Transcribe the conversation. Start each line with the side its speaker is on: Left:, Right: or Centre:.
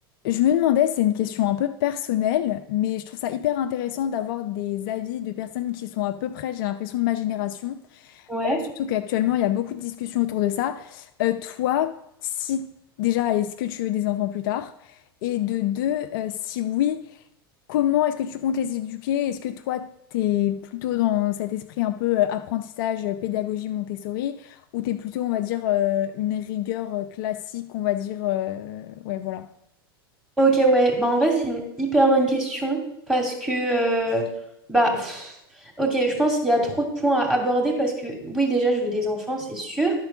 Left: Je me demandais, c'est une question un peu personnelle, mais je trouve ça hyper intéressant d'avoir des avis de personnes qui sont à peu près, j'ai l'impression, de ma génération.
Centre: Ouais.
Left: Surtout qu'actuellement, il y a beaucoup de discussions autour de ça. Euh, toi, si déjà, est-ce que tu veux des enfants plus tard? Et de deux, euh, si oui, comment est-ce que tu comptes les éduquer? Est-ce que toi, t'es plutôt dans cet esprit un peu euh, apprentissage, euh, pédagogie Montessori, ou t'es plutôt, on va dire, euh, une rigueur euh, classique, on va dire, euh, ouais, voilà.
Centre: Ok, ouais. Bah, en vrai, c'est une hyper bonne question parce que euh, bah, pff, Ok, je pense qu'il y a trop de points à aborder parce que oui, déjà, je veux des enfants, c'est sûr.